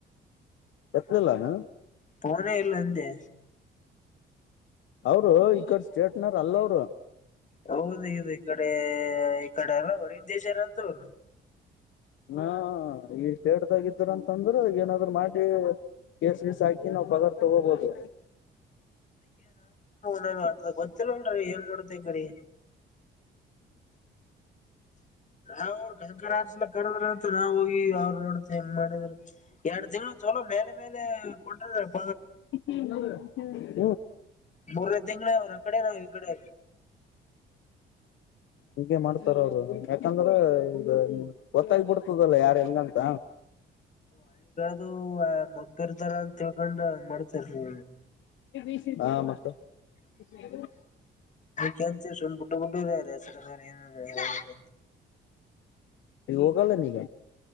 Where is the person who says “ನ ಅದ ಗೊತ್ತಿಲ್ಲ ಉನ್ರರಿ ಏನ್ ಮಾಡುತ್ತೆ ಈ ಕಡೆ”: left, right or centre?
Left